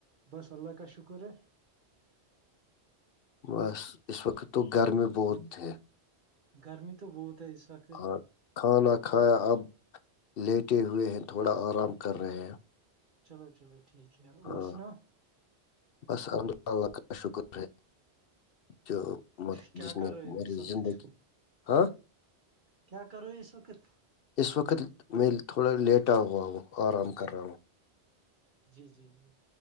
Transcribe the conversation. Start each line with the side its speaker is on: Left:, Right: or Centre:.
Right: بس اللہ کا شکر ہے
Left: بس اس وقت تو گر میں بہت تھے
Right: گرمی تو بہت ہے اس وقت
Left: ہاں کھانا کھایا اب لیٹے ہوئے ہیں تھوڑا آرام کر رہے ہیں
Right: چلو چلو ٹھیک ہے
Left: ہاں
Right: اور سناؤ
Left: بس الحمد اللہ کا شکر ہے جو
Right: کیا
Left: جس نے
Right: کر رہے ہو
Left: میری
Right: اس وقت
Left: زندگی ہاں
Right: کیا کر رہے ہو اس وقت
Left: اس وقت میں تھوڑا لیٹا ہوا ہوں آرام کر رہا ہوں
Right: جی جی جی